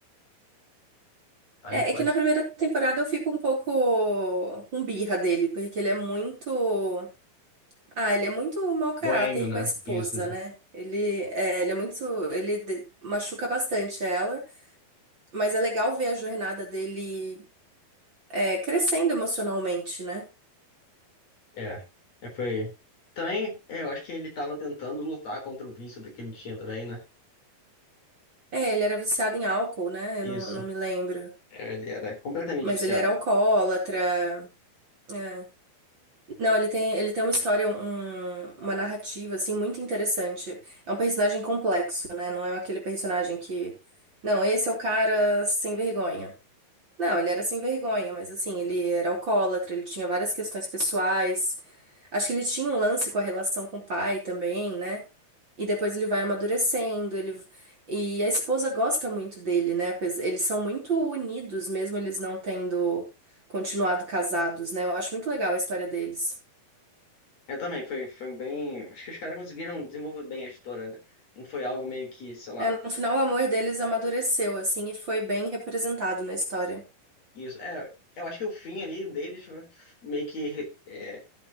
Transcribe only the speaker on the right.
é,
é que
na primeira temporada eu fico um pouco com birra dele, porque ele é muito. Ah, ele é muito mau caráter
com a esposa,
né? Ele é, ele é muito. Ele de- machuca bastante ela. Mas é legal ver a jornada dele é, crescendo emocionalmente, né?
É, ele era viciado em álcool, né? Eu
não, não me lembro.
Mas
ele era alcoólatra. é. Não, ele tem, ele tem uma história, um- uma narrativa, assim, muito interessante. É um personagem complexo, né? Não é aquele personagem que. Não, esse é o cara sem vergonha. Não, ele era sem vergonha, mas assim, ele era alcoólatra, ele tinha várias questões pessoais. Acho que ele tinha um lance com a relação com o pai também, né? E depois ele vai amadurecendo, ele e a esposa gosta muito dele, né? Apes- Eles são muito unidos, mesmo eles não tendo continuado casados, né? Eu acho muito legal a história deles.
É, no final, o amor deles amadureceu, assim, e foi bem representado na história.